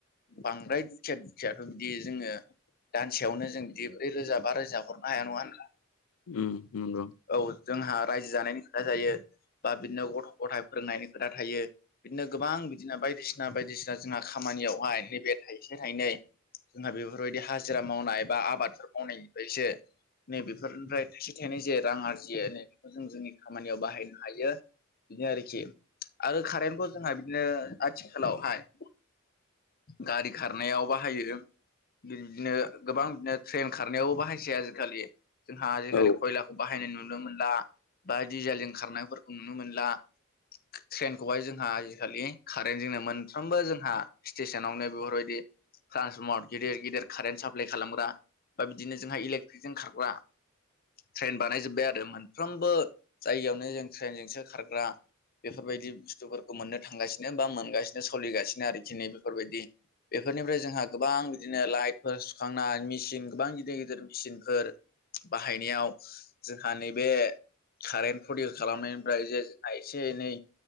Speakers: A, on the left; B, on the left.
A: बांद्राय दुखिया दुखियाथ' बिदि जोङो दानसेयावनो जों बिदि ब्रै रोजा बा रोजा हरनो हाया नङा होनब्ला।
B: उम नंगौ।
A: औ जोंहा रायजो जानायनि खोथा थायो बा बिदिनो गथ' गथाय फिसिनायनि खोथा थायो। बिदिनो गोबां बिदिनो बायदिसिना बायदिसिना जोंहा खामानियावहाय नैबे थाइसे थाइनै जोंहा बेफोरबायदि हाजिरा मावनाय बा आबादफोर मावनायनिफ्रायसो नैबेफोरनिफ्राय थाइसे थाइनै जे रां आरजियो नै बेखौ जों जोंनि खामानियाव बाहायनो हायो। बिदिनो आरोखि आरो कारेन्टखौ जोंहा बिदिनो आथिखालावहाय। गारि खारनायाव बाहायो। बिदिनो गोबां बिदिनो ट्रेन खारनायावबो बाहायसै आजि खालि। जोंहा आजिखालि
B: औ
A: खयलाखौ बाहायनाय नुनो मोनला बा डिजेलजों खारनायफोरखौ नुनो मोनला।
B: <inaudible>
A: ट्रेनखौहाय जोंहा आजिखालि कारेन्टजोंनो मोनफ्रोमबो जोंहा स्टेसनावनो बेफोरबायदि ट्रान्सफर्मर गिदिर गिदिर कारेन्ट साप्लाय खालामग्रा बा बिदिनो जोंहा इलेकट्रिक जों खारग्रा ट्रेन बानायजोबबाय आरो मोनफ्रोमबो जायगायावनो जों ट्रेनजोंसो खारग्रा बेफोरबायदि बुस्थुफोरखौ मोननो थांगासिनो बा मोनगासिनो सोलिगासिनो आरोखि नै बेफोरबायदि बेफोरनिफ्राय जोंहा गोबां बिदिनो लाइटफोर सुखांना मेसिन गोबां गिदिर गिदिर मेसिनफोर। बाहायनायाव जोंहा नैबे कारेन्ट प्रदिउस खालामनायनिफ्राय जे जा एसे एनै